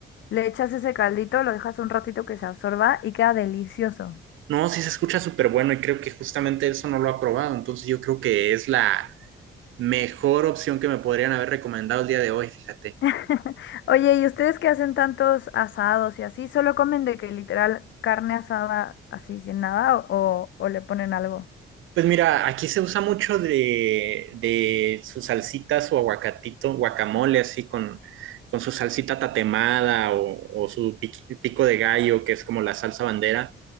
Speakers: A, on the left; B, on the right.
A: le echas ese caldito, lo dejas un ratito que se absorba y queda delicioso.
B: No, sí se escucha súper bueno y creo que justamente eso no lo ha probado. Entonces yo creo que es la mejor opción que me podrían haber recomendado el día de hoy, fíjate.
A: <laughs> Oye, ¿y ustedes que hacen tantos asados y así? ¿Solo comen de que literal carne asada así sin nada o, o le ponen algo?
B: Pues mira, aquí se usa mucho de, de sus salsitas o aguacatito, guacamole, así con, con su salsita tatemada o, o su piqui- pico de gallo, que es como la salsa bandera.